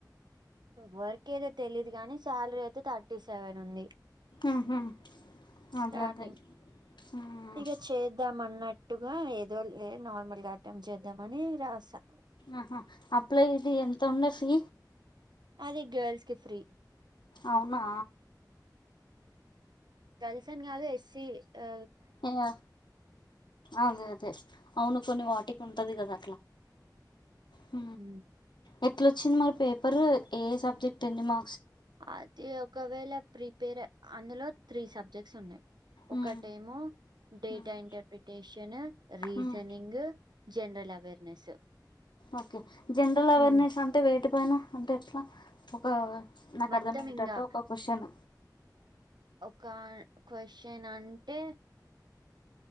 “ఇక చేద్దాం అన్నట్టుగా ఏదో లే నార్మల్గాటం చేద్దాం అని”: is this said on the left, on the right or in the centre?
Right